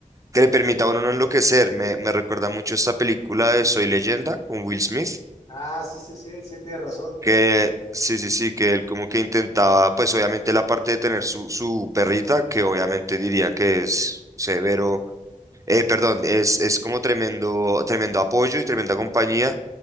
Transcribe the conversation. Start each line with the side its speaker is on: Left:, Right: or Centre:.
Right: que le permita a uno no enloquecer. Me, me recuerda mucho esta película de Soy Leyenda con Will Smith,
Left: Ah, sí, sí, sí, sí, tienes razón.
Right: que sí, sí, sí, que él como que intentaba, pues obviamente la parte de tener su, su perrita, que obviamente diría que es severo, eh, perdón, es, es como tremendo, tremendo apoyo y tremenda compañía